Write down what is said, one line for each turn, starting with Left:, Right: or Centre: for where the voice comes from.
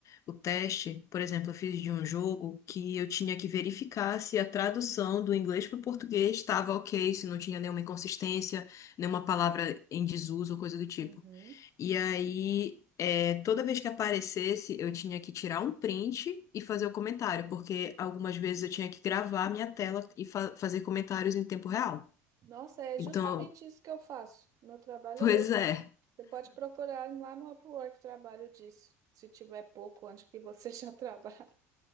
Left: o teste, por exemplo, eu fiz de um jogo que eu tinha que verificar se a tradução do inglês para o português estava ok, se não tinha nenhuma inconsistência, nenhuma palavra em desuso ou coisa do tipo.
Right: Uhum.
Left: E aí, é, toda vez que aparecesse, eu tinha que tirar um print e fazer
Right: Hum.
Left: o comentário, porque algumas vezes eu tinha que gravar a minha tela e fa- fazer comentários em tempo real.
Right: Nossa, é justamente
Left: Então,
Right: isso que eu faço. Meu trabalho
Left: <laughs> pois
Right: é esse.
Left: é.
Right: Você pode procurar lá no Upwork trabalho disso, se tiver pouco, onde que você <laughs> já trabalha.